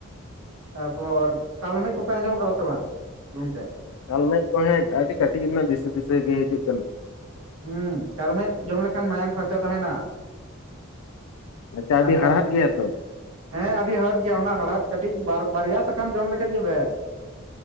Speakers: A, on the right; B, on the left.
A: ᱛᱟᱯᱚᱨ ᱠᱟᱞᱢᱮᱫᱽ ᱠᱚᱯᱮ ᱟᱸᱡᱚᱢ ᱟᱠᱟᱫᱟ ᱥᱮ ᱵᱟᱝ ᱜᱚᱝᱠᱮ
B: ᱠᱟᱞᱢᱮᱫᱽ ᱠᱚ ᱦᱮᱸ ᱟᱹᱰᱤ ᱠᱟᱹᱴᱤᱡ ᱨᱮᱱᱟᱜ ᱫᱤᱥᱟᱹ ᱫᱤᱥᱟᱹ ᱜᱮ ᱦᱤᱡᱩᱜ ᱠᱟᱱᱟ
A: ᱦᱮᱸ ᱠᱟᱞᱢᱮᱫᱽ ᱡᱚᱢ ᱞᱮᱠᱷᱟᱱ ᱢᱟᱭᱟᱝ ᱯᱷᱟᱨᱪᱟ ᱛᱟᱦᱮᱱᱟ
B: ᱟᱪᱪᱷᱟ ᱟᱹᱰᱤ
A: ᱟᱨ ᱠᱟᱞ
B: ᱦᱟᱲᱦᱟᱫ ᱜᱮᱭᱟ ᱛᱚ
A: ᱦᱮᱸ ᱟᱹᱰᱤ ᱦᱟᱲᱟᱛ ᱜᱮᱭᱟ ᱚᱱᱟ ᱦᱟᱲᱟᱛ ᱠᱟᱹᱴᱤᱡ ᱵᱟᱨᱭᱟ ᱥᱟᱠᱟᱢ ᱡᱚᱢ ᱞᱮᱠᱷᱟᱡ ᱜᱮ ᱵᱮᱥ